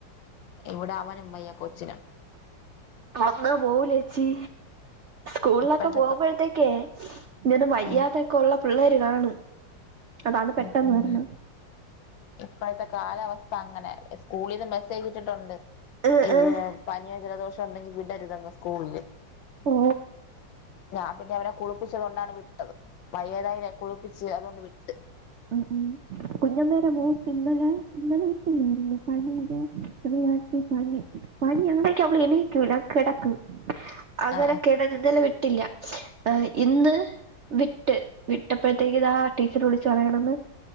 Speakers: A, on the left (about 75°); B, on the right (about 75°).
A: എവ്ടെ അവനും വയ്യ കൊച്ചിന്
B: അമ്മ പോലച്ചി കൂളിലൊക്കെ
A: ഇപ്പോഴത്തെക്കെ
B: പോകുമ്പോഴത്തേക്കേ ഞ്ഞൊന്ന് മര്യാദതൊക്കെള്ള
A: ആ
B: പിള്ളേര് കാണും അതാണ് പെട്ടെന്ന്
A: ഉം ഉം
B: വെരണ.
A: ഇപ്പോഴത്തെ കാലാവസ്ഥ അങ്ങനെ സ്കൂളിന്നും ബ <unintelligible> ട്ടുണ്ട്.
B: ആഹ്
A: ഇത്
B: ആഹ്
A: പനിം ജലദോഷംണ്ടെങ്കി വിടരുതെന്ന് സ്കൂളില്.
B: ഓ
A: ഞാൻ പിന്നവനെ കുളിപ്പിച്ച് കൊണ്ടാണ് വിട്ടത്, വയ്യാതായലെ കുളിപ്പിച്ച് അതോണ്ട് വിട്ട്.
B: ആ ആ കുഞ്ഞമ്മടെ മോക്ക് ന്നലെ ഇന്നലെ വിട്ടില്ലേരുന്നു പനിടേ പനി പനി പനിഅങ്ങടേക്ക അവള് എണീക്കൂല കെടക്കും. അങ്ങനൊക്കെണ്
A: ആ
B: ഇന്നലെ വിട്ടില്ല. ഇന്ന് വിട്ട് വിട്ടപ്പോഴത്തേക്ക്താ ടീച്ചർ വിളിച്ചു പറയണന്ന്.